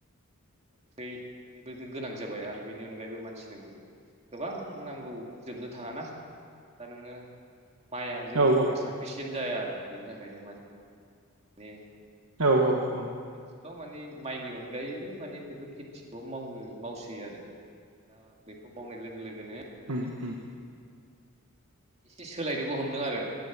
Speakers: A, on the right; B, on the right.
A: ओंख्रिनिबो गोनां जाबाय आरो बेनि अनगायैबो मानसिनो गोबां नांगौ जोबनो थाङाना दा नोङो माइया जोंनि
B: औ
A: थाखाय साफिसियेन्ट जाया आरो बेनि थाखायनो माने ने।
B: औ औ औ।
A: आनसोलाव माने माइनि अनगायैबो माने बेफोर खेथिखौ मावनो मावसै आरो। दा बेखौ मावनाय लोगो लोगोनो
B: उम
A: माने
B: उम
A: एसे सोलायनोबो हमदों आरो